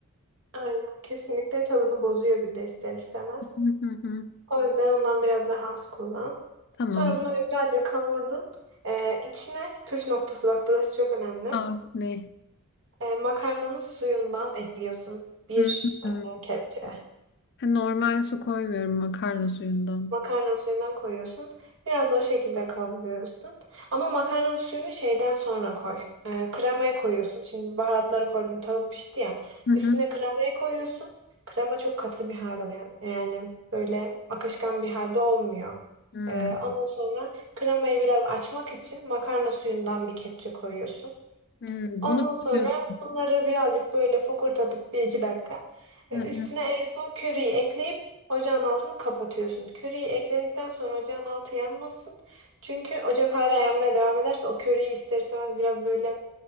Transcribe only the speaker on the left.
Hı hı hı.
Tamam.
Aa, ne?
Hı hı.
Ha, Normal su koymuyorum makarna suyundan.
Hı hı.
Hı.
Hı, Bunu
biliyorum.
Hı hı.